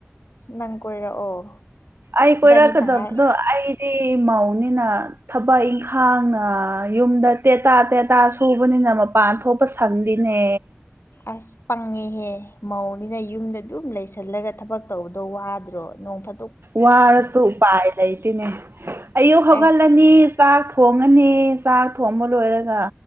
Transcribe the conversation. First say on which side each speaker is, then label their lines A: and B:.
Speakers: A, on the left; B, on the right.
A: ꯅꯪ ꯀꯣꯏꯔꯛꯑꯣ
B: ꯑꯩ ꯀꯣꯏꯔꯛꯀꯗꯕꯗꯣ
A: ꯏꯕꯥꯅꯤ ꯇꯪꯈꯥꯏ
B: ꯑꯩꯗꯤ ꯃꯧꯅꯤꯅ ꯊꯕꯛ ꯏꯪꯈꯥꯡ ꯌꯨꯝꯗ ꯇꯦꯇꯥ ꯇꯦꯇꯥ ꯁꯨꯕꯅꯤꯅ ꯃꯄꯥꯟ ꯊꯣꯛꯄ ꯈꯪꯗꯤꯅꯦ
A: ꯑꯁ ꯄꯪꯉꯦꯍꯦ ꯃꯧꯅꯤꯅ ꯌꯨꯝꯗ ꯑꯗꯨꯝ ꯂꯩꯁꯜꯂꯒ ꯊꯕꯛ ꯇꯧꯕꯗꯣ ꯋꯥꯗ ꯅꯣꯡ ꯐ
B: ꯋꯥꯔꯁꯨ ꯎꯄꯥꯏ ꯂꯩꯇꯣꯏꯅꯦ ꯑꯌꯨꯛ ꯍꯧꯒꯠꯂꯅꯤ
A: ꯑꯁ
B: ꯆꯥꯛ ꯊꯣꯡꯉꯅꯤ ꯆꯥꯛ ꯊꯣꯡꯕ ꯂꯣꯏꯔꯒ